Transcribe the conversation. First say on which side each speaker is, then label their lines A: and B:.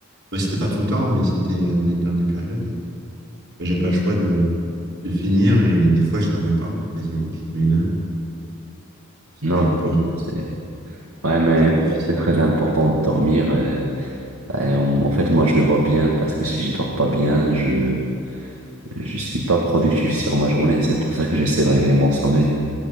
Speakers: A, on the right; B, on the right.
A: Mais c'était pas tout le temps, mais c'était euh, des- dans des périodes. Et, et j'avais pas le choix de, de finir. Et des fois, je dormais pas, quoi, quasiment. Je dormais une heure. C'était
B: Non,
A: un
B: je
A: peu,
B: vois bien, c'est- Ouais, mais
A: un peu difficile.
B: c'est très important de dormir. euh, euh, en en fait, moi, je le vois bien parce que si je dors pas bien, je je suis pas productif sur ma journée. C'est pour ça que j'essaie de régler mon sommeil.